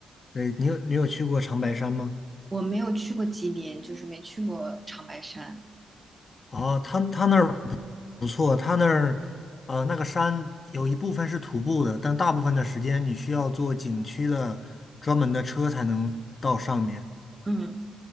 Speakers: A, on the left; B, on the right.
A: 对，你有你有去过长白山吗？
B: 我没有去过吉林，就是没去过长白山。
A: 哦，他他那儿不错，他那儿呃那个山有一部分是徒步的，但大部分的时间你需要坐景区的专门的车才能到上面。
B: 嗯，